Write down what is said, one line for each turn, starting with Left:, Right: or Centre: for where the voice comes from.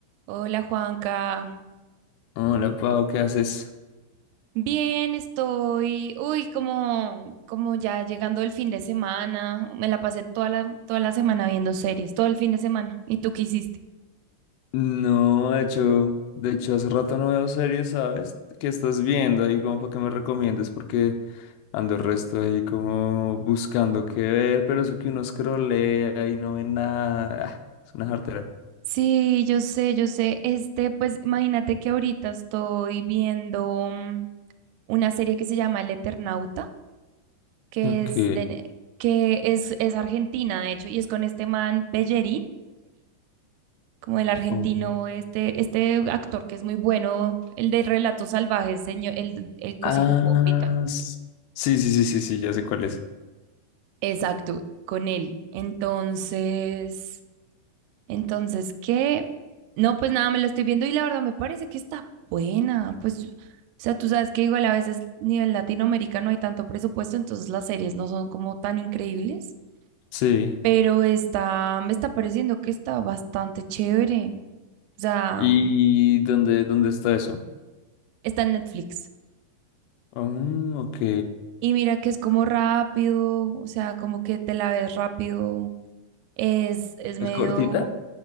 Right: Hola Juanca,
Left: Hola, Pau, ¿qué haces?
Right: bien estoy, uy, como, como ya llegando el fin de semana, me la pasé toda la, toda la semana viendo series, todo el fin de semana. ¿Y tú qué hiciste?
Left: No, de hecho, de hecho hace rato no veo series, ¿sabes? ¿Qué estás viendo ahí como para que me recomiendes? Porque ando el resto ahí como buscando qué ver, pero eso que uno scrollea y no ve nada, ah, es una jartera.
Right: Sí, yo sé, yo sé, este, pues imagínate que ahorita estoy viendo mm, una serie que se llama El Eternauta, que
Left: Ok.
Right: es, de, que es, es argentina, de hecho, y es con este man Pellerín, como el argentino,
Left: oh.
Right: este, este actor que es muy bueno, el de Relatos Salvajes, señor, el, el cosito
Left: Ah,
Right: Bombita.
Left: s- sí, sí, sí, sí, sí, ya sé cuál es.
Right: Exacto, con él. Entonces, entonces, ¿qué? No, pues nada, me la estoy viendo y la verdad me parece que está buena. Pues, yo- o sea, tú sabes que igual a veces nivel latinoamericano hay tanto presupuesto, entonces las series no son como tan increíbles,
Left: Sí.
Right: pero está, me está pareciendo que está bastante chévere. O sea,
Left: ¿Y dónde, dónde está eso?
Right: está en Netflix.
Left: Ah, ok.
Right: Y mira que es como rápido, o sea, como que te la ves rápido. Es, es medio...
Left: ¿Es cortita?